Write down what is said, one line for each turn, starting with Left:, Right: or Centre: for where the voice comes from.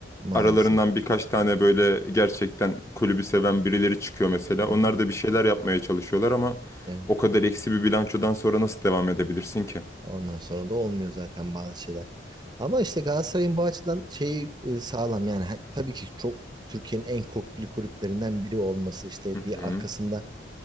Right: Maalesef.
Left: Aralarından birkaç tane böyle gerçekten kulübü seven birileri çıkıyor mesela.
Right: Hı
Left: Onlar
Right: hı.
Left: da bir şeyler yapmaya çalışıyorlar ama
Right: Evet.
Left: o kadar eksi bir bilançodan sonra nasıl devam edebilirsin ki?
Right: Ondan sonra da olmuyor zaten bazı şeyler. Ama işte Galatasaray'ın bu açıdan şeyi e, sağlam yani Ha- tabii ki çok Türkiye'nin en köklü kulüplerinden biri olması işte
Left: Hı hı.
Right: bir arkasında